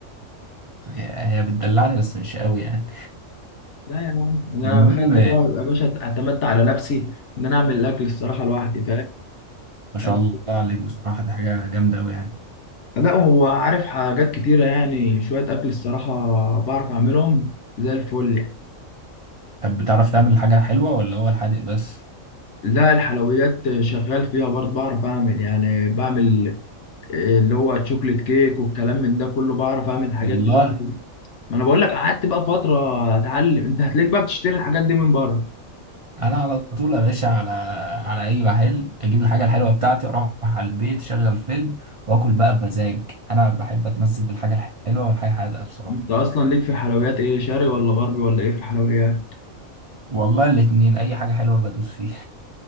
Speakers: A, on the right; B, on the left.
A: هي بتدلعني بس مش قوي يعني
B: لا يا عم انا
A: المهم
B: خدت بقى يا باشا اعتمدت على نفسي ان انا اعمل الاكل الصراحة لوحدي
A: ما
B: فاهم
A: شاء الله عليك بصراحه دي حاجه جامده قوي يعني
B: لا هو عارف حاجات كتيرة يعني شوية أكل الصراحة بعرف أعملهم زي الفل يعني
A: طب بتعرف تعمل حاجة حلوة ولا هو الحادق بس؟
B: لا الحلويات شغال فيها برضه بعرف أعمل يعني بعمل اللي هو تشوكليت كيك والكلام من ده كله بعرف أعمل الحاجات
A: والله
B: دي برضه ما أنا بقول لك قعدت بقى فترة أتعلم أنت هتلاقيك بقى بتشتري الحاجات دي من بره
A: أنا على طول يا باشا على على أي محل أجيب الحاجة الحلوة بتاعتي وأروح على البيت أشغل فيلم وآكل بقى بمزاج أنا بحب أتمزج بالحاجة الحلوة والحاجة الحادقة بصراحة
B: أنت أصلا ليك في الحلويات إيه شرقي ولا غربي ولا إيه في الحلويات
A: والله الاتنين أي حاجة حلوة بدوس فيها